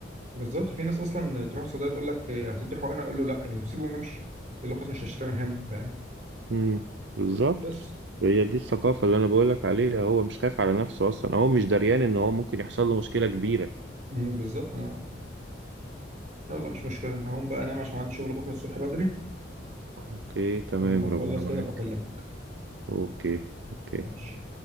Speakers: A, on the right; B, on the right.
A: بالظبط في ناس اصلا تروح الصيدليه تقول لك إيه، هتدي حقنه يقول له لا يعني سيبه ويمشي يقول له خلاص مش هشتريها من هنا فاهم؟
B: امم بالظبط
A: بس
B: هي دي الثقافة اللي أنا بقولك عليها هو مش خايف على نفسه أصلا هو مش دريان إن هو ممكن يحصل له مشكلة كبيرة
A: امم بالظبط أنا- يلا مش مشكله انا هقوم بقى انام عشان عندي شغل بكره الصبح بدري
B: أوكي تمام
A: ولما اخلص
B: ربنا معاك
A: كده ابقى اكلمك
B: أوكي أوكي
A: ماشي